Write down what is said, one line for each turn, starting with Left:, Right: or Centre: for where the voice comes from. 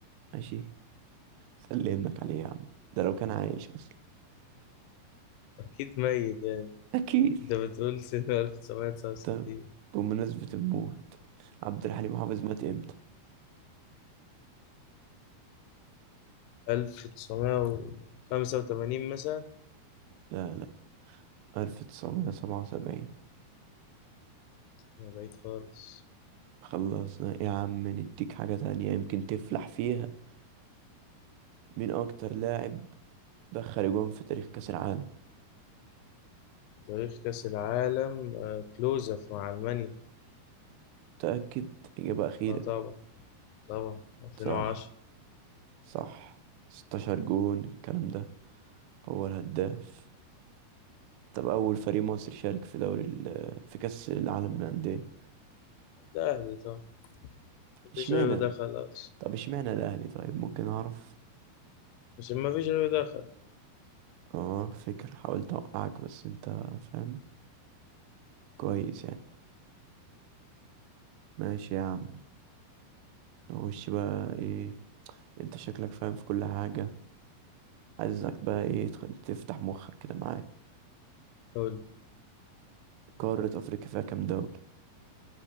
Right: ماشي خلي ابنك عليه يا عم ده لو كان عايش اصلا
Left: <laughs> اكيد ميت يعني
Right: اكيد
Left: انت بتقول سنه 1969
Right: طب بمناسبة الموت عبد الحليم حافظ مات امتى
Left: 1985 مثلا
Right: لا لا 1977
Left: ما بعيد خالص
Right: خلصنا يا عم نديك حاجة تانية يمكن تفلح فيها مين اكتر لاعب دخل جون في تاريخ كأس العالم
Left: تاريخ كاس العالم آه، كلوزف مع المانيا
Right: تأكد اجابة اخيرة
Left: اه طبعا طبعا 2010
Right: صح صح 16 جون الكلام ده هو الهداف طب اول فريق مصري شارك في دوري ال- في كأس العالم للأندية
Left: الاهلي طبعا مفيش
Right: اشمعنى
Left: غيره ده خلاص
Right: طب اشمعنى الاهلي طيب ممكن اعرف
Left: مش مفيش غيره ده خلاص
Right: اه فكرة حاولت اوقعك بس انت فاهم كويس يعني ماشي يا عم نخش بقى ايه انت شكلك فاهم في كل حاجة عايزك بقى ايه تخ- تفتح مخك كده معايا
Left: قول
Right: قارة افريقيا فيها كام دولة